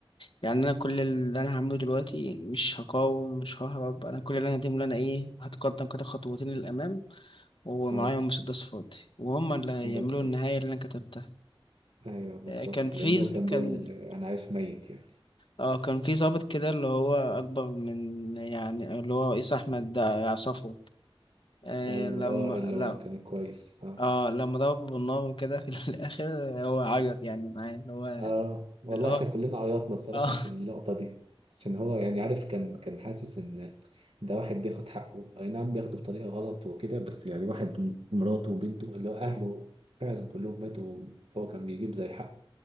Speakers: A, on the left; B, on the right.
A: يعني انا كل اللي انا هعمله دلوقتي مش هقاوم مش ههرب انا كل اللي انا هقدمه اللي انا ايه هتقدم كده خطوتين للامام ومعايا
B: اه
A: مسدس فاضي وهم اللي هيعملوا
B: بالظبط
A: النهايه اللي انا كتبتها
B: أيوه بالظبط
A: آه، كان في
B: لأنه
A: ز-
B: كان
A: كان
B: بيقول أنا عايش ميت يعني
A: اه كان في ضابط كده اللي هو اكبر من يعني اللي هو رئيس احمد ده يا صفوت آه،
B: أيوه
A: لما
B: اه اللي
A: لا
B: هو كان كويس اه
A: اه لما ضربه بالنار وكده في <laughs> الاخر هو عيط يعني معاه اللي هو
B: اه والله
A: اللي هو
B: احنا كلنا عيطنا بصراحة
A: اه
B: في اللقطة دي عشان هو يعني عارف كان كان حاسس ان ده واحد بياخد حقه اي نعم بياخده بطريقة غلط وكده بس يعني واحد م- مراته وبنته اللي هو اهله فعلا كلهم ماتوا فهو كان بيجيب زي حقه